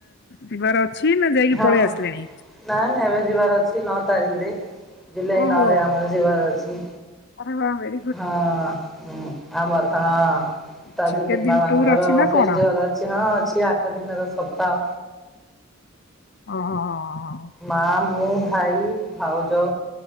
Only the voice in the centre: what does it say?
ହଁ
ନାଇଁ ନାଇଁ ଏବେ ଯିବାର ଅଛି ନଅ ତାରିଖରେ ଜୁଲାଇ
ନଅରେ ଆମର ଯିବାର ଅଛି।
ହଁ ଉଁ ଆମର ହଁ
ତାଜୁଦିିନ
ବାବାଙ୍କର
ଫେଷ୍ଟିଭାଲ
ଅ ହଁ ଅଛି ଆଠ ଦିନର ସପ୍ତାହ
ମା, ମୁଁ, ଭାଇ, ଭାଉଜ,